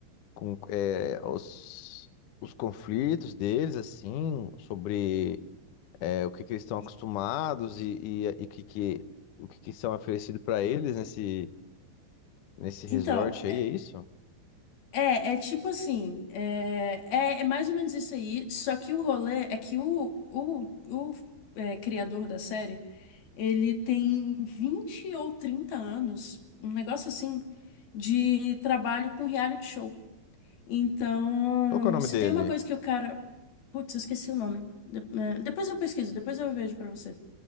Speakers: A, on the left (about 85°); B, on the left (about 60°).
A: com é, os, os conflitos deles, assim, sobre é, o que, que eles estão acostumados
B: E-
A: e, e, e que, que, o que, que são oferecido para eles nesse, nesse resort
B: Então,
A: aí, é isso?
B: É, é tipo assim, é, é, é mais ou menos isso aí, só que o rolê é que o, o, o é, criador da série, ele tem 20 ou 30 anos, um negócio assim, de trabalho com reality show. Então,
A: Qual que é o nome
B: se
A: dele?
B: tem uma coisa que o cara... Putz, eu esqueci o nome. De- é, depois eu pesquiso, depois eu vejo pra você.